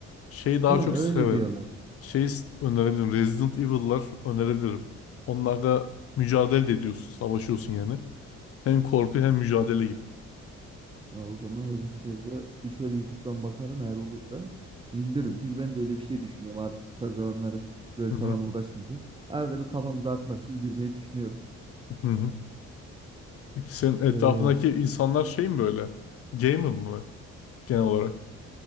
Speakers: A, on the left (about 50°); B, on the right (about 15°).
A: Şeyi daha
B: He öyle
A: çok severim.
B: diyorlar.
A: Şey önerebilirim. Resident Evil'lar önerebilirim. Onlarda mücadele de ediyorsun. Savaşıyorsun yani. Hem korku hem mücadele gibi.
B: Ya o zaman Resident Evil'a bir şöyle YouTube'dan bakarım eğer olursa indiririm. Çünkü ben de öyle bir şey düşünüyorum. Artık bu tarz alanları göl
A: Hı
B: falan
A: hı.
B: uğraşmayacağım. Arada bir kafamı dağıtmak için girmeyi düşünüyorum.
A: Hı hı. Peki senin etrafındaki
B: E,
A: insanlar şey mi böyle? Gamer mı? genel olarak.